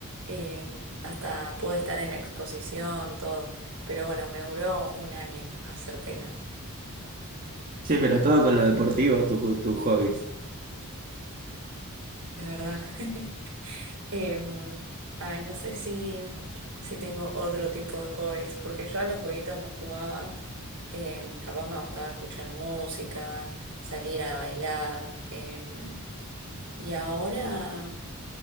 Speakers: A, on the right; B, on the right.
A: Eh, hasta pude estar en la exposición, todo. Pero bueno, me duró un año hacer telas.
B: Che, pero todo con lo deportivo, tus tus hobbies.
A: Es verdad. <laughs> Em, ay, no sé si, si tengo otro tipo de hobbies, porque yo a los jueguitos no jugaba. Em, capaz me gustaba escuchar música, salir a bailar. em, y ahora,